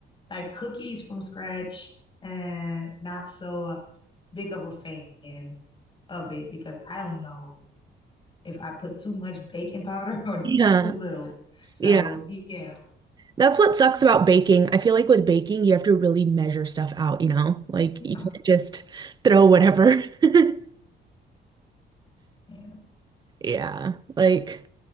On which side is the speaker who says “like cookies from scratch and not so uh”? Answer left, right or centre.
Left